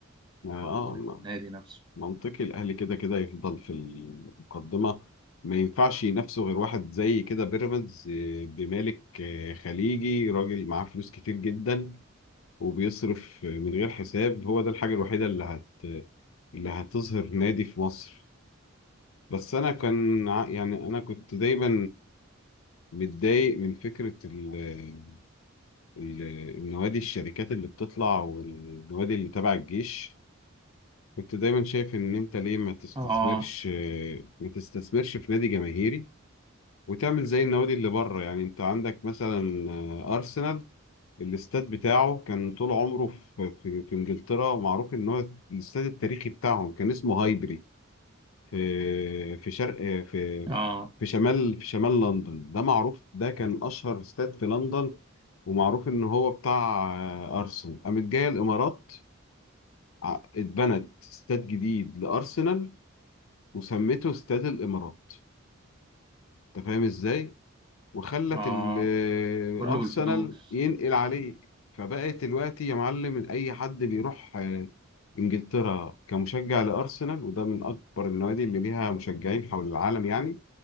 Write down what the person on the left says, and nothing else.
ما-
اه
منطقي الاهلي كده كده يفضل في المقدمه ما ينفعش ينافسه غير واحد زي كده بيراميدز آه، بمالك آه، خليجي راجل معاه فلوس كتير جدا وبيصرف آه، من غير حساب هو ده الحاجه الوحيده اللي هت اللي هتظهر نادي في مصر بس انا كان ع- يعني انا كنت دايما متضايق من فكره ال- ال- النوادي الشركات اللي بتطلع والنوادي اللي تبع الجيش كنت دايما شايف ان انت ليه ما تستثمرش
ما تستثمرش في نادي جماهيري وتعمل زي النوادي اللي بره يعني انت عندك مثلا آه، ارسنال الاستاد بتاعه كان طول عمره في في, في انجلترا معروف ان هو الاستاد التاريخي بتاعهم كان اسمه هايبري في في شرق في
في شمال في شمال لندن ده معروف ده كان اشهر استاد في لندن ومعروف ان هو بتاع آه، ارسنال قامت جايه الامارات ع- اتبنت استاد جديد لارسنال وسميته استاد الامارات انت فاهم ازاي وخلت
الارسنال
ينقل عليه فبقت دلوقتي يا معلم إن اي حد بيروح آه، انجلترا كمشجع لارسنال وده من اكبر النوادي اللي ليها مشجعين حول العالم يعني